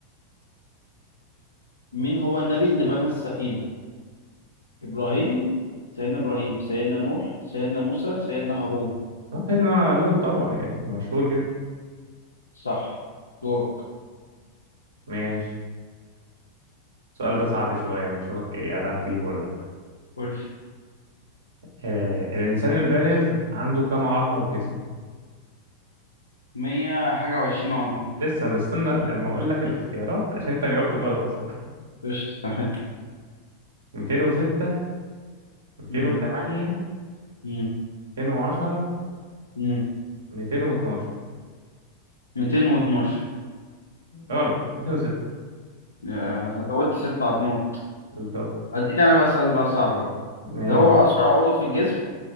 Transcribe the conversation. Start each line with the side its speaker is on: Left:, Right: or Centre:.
Left: مين هو النبي اللي بنى السفينة ابراهيم سيدنا ابراهيم سيدنا نوح سيدنا موسى سيدنا هارون
Right: سيدنا نوح طبعا يعني مشهور جدا
Left: صح دورك
Right: ماشي السؤال ده صعب شوية ما اشوفك ايه هتعرف تجيبه ولا لا
Left: قول لي.
Right: آه الانسان البالغ عنده كم عظمة في جسمه
Left: مية حاجة وعشرين عظمة
Right: لسه بستنى لما اقول لك الاختيارات عشان انت جاوبت غلط اصلا
Left: قشطة تمام
Right: 206 208
Left: مم. مم.
Right: 210
Left: مم.
Right: 212
Left: ميتين واتناشر
Right: غلط 206
Left: يا- زودت ست عظمات
Right: بالظبط
Left: أديك أنا بقى سؤال بقى صعب بقى
Right: ماشي
Left: إيه هو أسرع عضو في الجسم